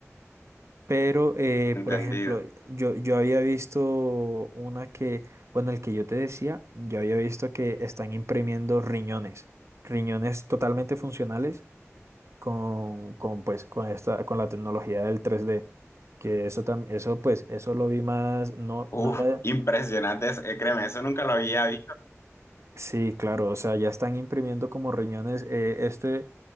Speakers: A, on the right; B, on the left.
A: pero eh,
B: entendido.
A: por ejemplo, yo, yo había visto una que, bueno, el que yo te decía, yo había visto que están imprimiendo riñones, riñones totalmente funcionales con, con, pues, con esta, con la tecnología del tres d Que eso también, eso pues, eso lo vi más, no,
B: Uf,
A: no era.
B: impresionante, es- eh, créeme, eso nunca lo había visto.
A: Sí, claro, o sea, ya están imprimiendo como riñones. eh, este,